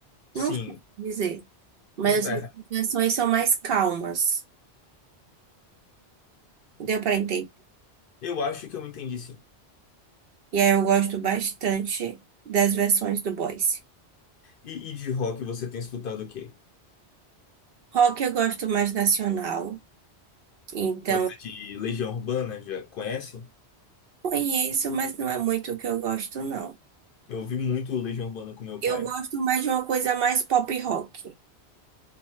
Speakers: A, on the left; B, on the right.
A: Sim,
B: Não sei dizer. Mas
A: não tá
B: assim,
A: errado.
B: as versões são mais calmas. Deu pra entender.
A: Eu acho que eu entendi sim.
B: E aí eu gosto bastante das versões do Boyce.
A: E, e de rock você tem escutado o quê?
B: Rock eu gosto mais nacional. Então,
A: Gosta de Legião Urbana? Já conhece?
B: conheço, mas não é muito o que eu gosto, não.
A: Eu ouvi muito Legião Urbana com meu
B: Eu
A: pai.
B: gosto mais de uma coisa mais pop rock.